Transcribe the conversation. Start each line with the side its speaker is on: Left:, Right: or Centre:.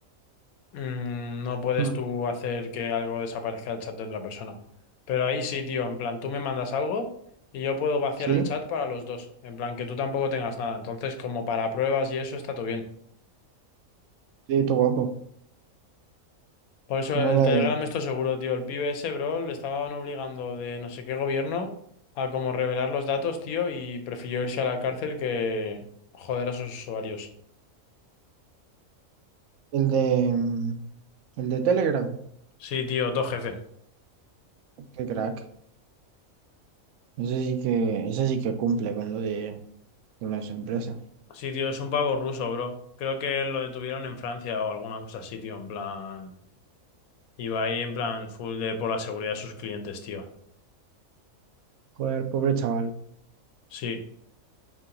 Left: mm, no puedes
Right: Ujú.
Left: tú hacer que algo desaparezca del chat de otra persona. Pero ahí sí, tío, en plan, tú me mandas algo y yo puedo vaciar
Right: Sí,
Left: el chat para los dos. En plan, que tú tampoco tengas nada. Entonces, como para pruebas y eso, está todo bien.
Right: sí, qué guapo.
Left: Por eso
Right: Mola
Left: el Telegram,
Right: el,
Left: esto seguro, tío. El pibe ese, bro, le estaban obligando de no sé qué gobierno a como revelar los datos, tío, y prefirió irse a la cárcel que joder a sus usuarios.
Right: el de mm, el de Telegram.
Left: Sí, tío, todo jefe.
Right: Qué crack. Ese sí que, ese sí que cumple con lo de con las empresas.
Left: Sí, tío, es un pavo ruso, bro. Creo que lo detuvieron en Francia o alguna cosa así, tío, en plan... Iba ahí en plan full de por la seguridad de sus clientes, tío.
Right: Joder, pobre chaval.
Left: Sí.